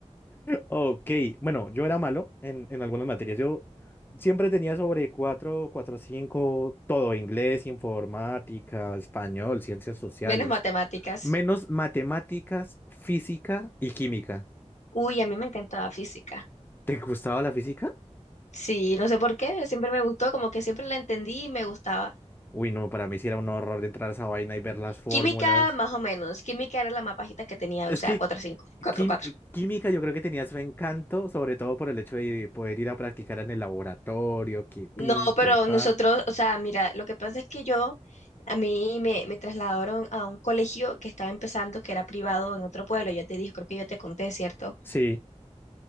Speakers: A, on the left (about 15°); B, on the left (about 75°).
A: Ok, bueno, yo era malo en, en algunas materias. Yo siempre tenía sobre 4, 4 5, todo, inglés, informática, español, ciencias sociales,
B: Menos matemáticas.
A: menos matemáticas, física y química.
B: Uy, a mí me encantaba física.
A: ¿Te gustaba la física?
B: Sí, no sé por qué, siempre me gustó, como que siempre la entendí y me gustaba.
A: Uy, no, para mí sí era un horror de entrar a esa vaina y ver las fórmulas.
B: Química, más o menos. Química era la más bajita que tenía,
A: Es
B: o sea,
A: que
B: cuatro cinco, cuatro
A: quim-
B: cuatro.
A: eh, química yo creo que tenía su encanto, sobre todo por el hecho de poder ir a practicar en el laboratorio, que pin,
B: No, pero
A: que pa.
B: nosotros, o sea, mira, lo que pasa es que yo, a mí me, me trasladaron a un colegio que estaba empezando, que era privado en otro pueblo. Yo te dije, creo que yo te conté, ¿cierto?
A: Sí,